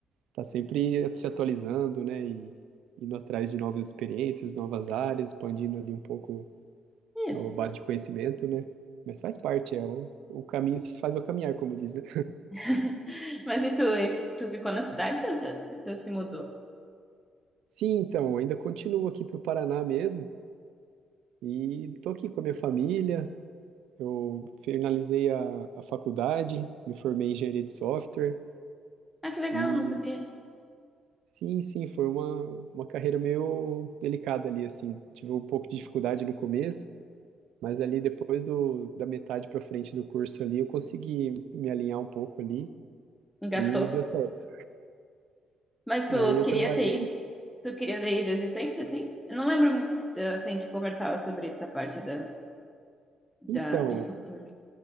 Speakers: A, on the right (about 85°); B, in the centre.
A: tá sempre se atualizando, né? E indo atrás de novas experiências, novas áreas, expandindo ali um pouco
B: isso.
A: a base de conhecimento, né? Mas faz parte, é o, o caminho se faz ao caminhar, como diz, né?
B: <laughs> Mas e tu, hein? tu ficou na cidade ou já se, tu se mudou?
A: Sim, então, ainda continuo aqui pro Paraná mesmo e tô aqui com a minha família. Eu finalizei a, a faculdade, me formei em engenharia de software
B: Ah, que legal,
A: e
B: não sabia.
A: sim, sim, foi uma, uma carreira meio delicada ali, assim. Tive um pouco de dificuldade no começo Mas ali depois do, da metade para frente do curso ali, eu consegui me alinhar um pouco ali
B: Engatou.
A: e deu certo.
B: Mas tu
A: Aí eu
B: queria
A: trabalhei.
B: ter ido, tu queria ter ido desde sempre, assim? Eu não lembro muito, eh, assim, a gente conversava sobre essa parte da, da,
A: Então,
B: de futuro.